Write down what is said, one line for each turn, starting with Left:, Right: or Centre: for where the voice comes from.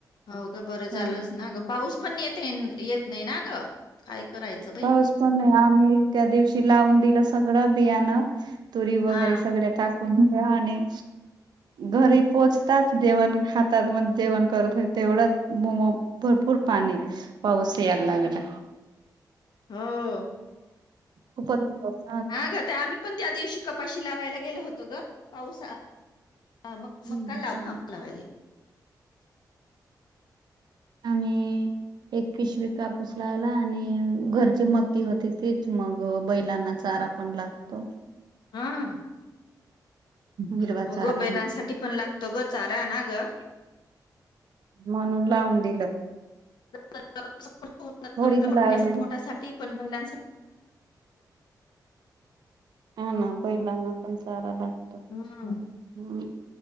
Left: हाव ग बरं झालंच
Right: का नाही
Left: ना ग, पाऊस पण येत, येत नाही ना ग? काय. करायचं बाई
Right: पाऊस पण नाही आम्हीऽ त्या दिवशी लावून दिलं सगळं बियाणं, तुरी वगैरे
Left: हा
Right: सगळ्या टाक मक आणि घरी पोचताच जेवण हातात म जेवण करत होते तेवढंच, मोमो भरपूर पाणी, पाऊस यायला लागला.
Left: हो.
Right: खूपच पाऊस.
Left: हा गं तर आम्ही पण त्या दिवशी, कपाशी लावायला गेलो होतो ग पावसात. हा मग,
Right: हम्म.
Left: मग काल लाव थांब लावाय गेले.
Right: आम्हीं... एक पिशवी कापूस लावला आणि घरची मक्की होते तेच मग बैलांना चारा पण लागतो.
Left: हा
Right: हिरवा
Left: हो
Right: चारा
Left: गं बैलांसाठी
Right: मग
Left: पण लागतो, ना ग चारा ना ग.
Right: म्हणून लावून दिलं.
Left: <unintelligible>
Right: थोडीच लावले
Left: पोटासाठी पण बैलांसाठी.
Right: हा ना बैलांना पण चारा लागतो.
Left: हा...
Right: हं..